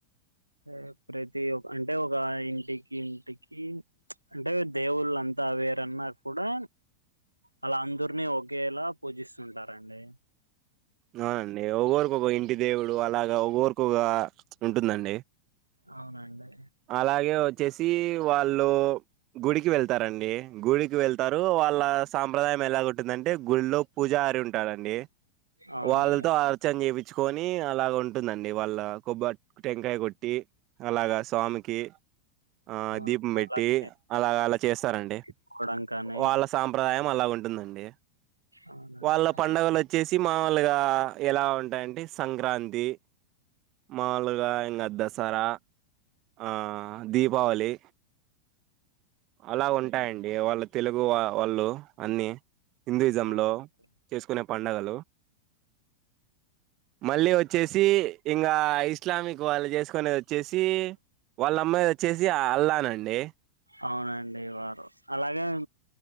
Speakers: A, on the right (about 85°); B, on the right (about 35°).
A: ఏ ప్రతి ఒ అంటే ఒక ఇంటికి ఇంటికి అంటే దేవుళ్ళంతా వేరన్నా కూడా అలా అందురిని ఒకేలా పూజిస్తుంటారండి
B: అవునండి ఒగోరికొక ఇంటి దేవుడు అలాగా ఒగోర్ కొకా ఉంటుందండి
A: అవునండి
B: అలాగే ఒచ్చేసి వాళ్ళు గుడికి వెళ్తారండి గుడికి వెళ్తారు వాళ్ళ సాంప్రదాయం ఎలాగుట్ టుందంటే గుళ్ళో పూజార్ ఉంటాడండి
A: అవునండి
B: వాళ్ళల్తో ఆడ్ చ్చం చేపిచుకొని అలాగ్ ఉంటుందండి వాళ్ళ కొబ్బట్ టెంకాయ కొట్టి అలాగాస్ వామి కి ఆ
A: అవును.
B: దీపం పెట్టి
A: అలాగే
B: అలా గలా చేస్తారండి
A: ఆడుకోవడం కానీ
B: వాళ సాంప్రదాయం అలా ఉంటుందండి
A: అవునండి
B: వాళ్ళ పండగలొచ్చేసి మావూలుగా ఎలా ఉంటాయంటే ఇ సంక్రాంతి మావులుగా ఇంగ దసరా ఆ దీపావళి అలా ఉంటాయండి వాళ్ళ తెలుగు వా వాళ్ళు అన్ని హిందుయిజంలో
A: అవునండి
B: చేసుకునే పండగలు మళ్ళీ ఒచ్చేసి ఇంగా ఇస్లామిక్ వాళ్ళు చేసుకునేదో చ్చేసి వాళ్ళమ్మాయ్ ఒచ్చేసి అ అల్లానండి
A: అవునండి వారు అలాగేం